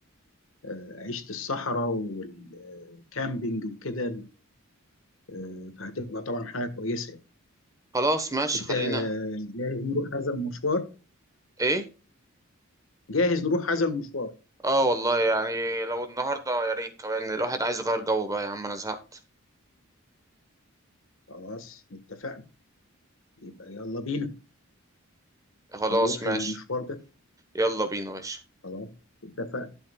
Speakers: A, on the left (about 65°); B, on the right (about 15°).
A: آه، عيشة الصحراء والكامبينج وكده آه، فهتبقى طبعا حاجة كويسة يعني.
B: خلاص ماشي
A: انت
B: خلينا
A: جاهز نروح هذا المشوار
B: ايه
A: جاهز نروح هذا المشوار
B: اه والله يعني لو النهارده يا ريت كمان الواحد عايز يغير جو بقى يا عم انا زهقت
A: خلاص اتفقنا يبقى يلا بينا
B: خلاص
A: نروح
B: ماشي
A: المشوار ده
B: يلا بينا يا باشا
A: خلاص اتفقنا